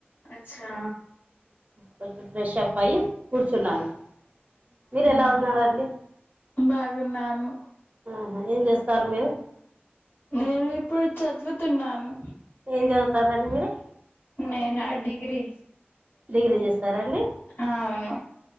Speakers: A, on the left; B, on the right.
A: అచ్చా
B: కొంచెం ఫ్రెష్ అప్ అయి కూర్చున్నాను మీరు ఎలా ఉన్నారండి
A: బాగున్నాను
B: ఆహా ఏం చేస్తారు మీరు
A: నేను ఇప్పుడు చదువుతున్నాను
B: ఏం చదువుతర్రు అండి మీరు
A: నేనా డిగ్రీ
B: డిగ్రీ చేస్తారాండి
A: ఆ అవును